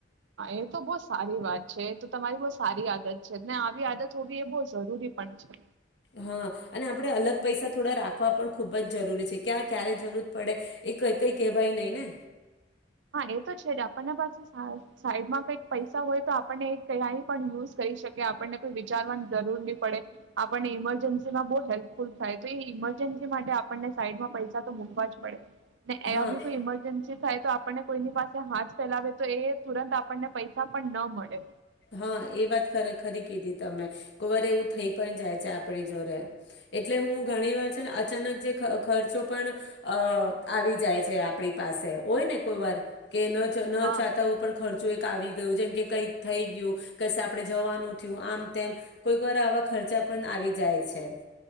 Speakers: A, on the right (about 85°); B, on the left (about 70°).
A: એ તો બઉ સારી વાત છે, તો તમારી બઉ સારી આદત છે ને આવી આદત હોવી એ બઉ જરૂરી પણ છે.
B: હા અને આપણે અલગ પૈસા થોડા રાખવા પણ ખૂબ જ જરૂરી છે, ક્યાં ક્યારે જરૂર પડે એ ક કંઈ કહેવાય નહીં ને.
A: હાં એ તો છે જ આપણને પાસે સાઈડ સાઈડમાં કંઈક પૈસા હોય તો આપ આપણને એ ક્યાંય પણ યુઝ કરી શકે આપણને કોઈ વિચારવાની જરૂર ની પડે, આપણને ઈમરજન્સીમાં બઉ હેલ્પફુલ થાય, તો એ ઇમરજન્સી માટે આપણને સાઈડમાં પૈસા તો મૂકવા જ પડે. ને
B: હા.
A: એવી કોઈ ઇમરજન્સી થાય તો આપ આપણને કોઈની પાસે હાથ ફેલાવે તો એ તુરંત આપણને પૈસા પણ ન મળે.
B: હા એ વાત ખરેખરી કીધી તમે કોઈ વાર એવું થઈ પણ જાય છે આપડી જોડે એટલે હું ઘણી વાર છે ને અચાનક જે ખ ખર્ચો પણ અ આવી જાય છે, આપણી પાસે હોય ને કોઈ વાર કે ન ચ ન
A: હા
B: ચાતા ઉ પણ ખર એક આવી ગયું જેમ કે કંઈક થઈ ગયું કસે આપડે જવાનું થયું આમ તેમ કોઈક વાર આવા ખર્ચા પણ આવી જાય છે.